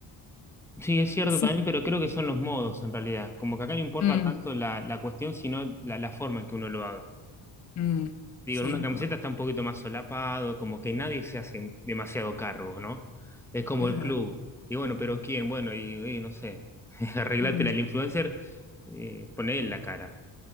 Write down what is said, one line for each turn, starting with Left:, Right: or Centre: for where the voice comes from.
Centre: sí, es cierto
Left: sí,
Centre: también, pero creo que son los modos en realidad. Como que acá no importa
Left: mm,
Centre: tanto la, la cuestión, sino la, la forma en que uno lo haga.
Left: mm,
Centre: Digo,
Left: sí,
Centre: en una
Left: es
Centre: camiseta
Left: verdad,
Centre: está un poquito más solapado, como que nadie se hace demasiado cargo, ¿no? Es como
Left: es
Centre: el
Left: verdad.
Centre: club. Y bueno, pero ¿quién? Bueno, y, y no sé, <laughs> arreglátela.
Left: Mm,
Centre: El influencer, eh, poné en la cara.